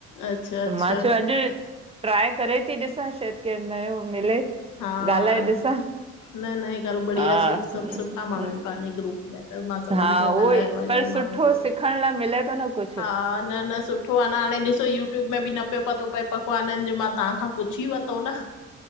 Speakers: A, on the left (about 80°); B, on the right (about 20°).
A: अच्छा
B: त
A: अच्छा
B: मां चयो अॼु। ट्राए करे थी ॾिसां सायद केर नयो मिले।
A: हा
B: ॻाल्हाए ॾिसां
A: न न करो बढ़िया
B: हा
A: सु सभ सुठा माण्हू आहिन पंहिंजे ग्रुप। मां सभिंसा
B: हा उहो
A: ॻाल्हायो
B: ई
A: अलाई
B: पर सुठो
A: माण्हुनसां सां
B: सिखण लाइ मिले थो न कुझु।
A: हा न न सु। सुठो आ न हाणे ॾिसो यूट्यूब में बि न प्यो पतो पए पकवानन जो मां तां खां पुछी वरतो न।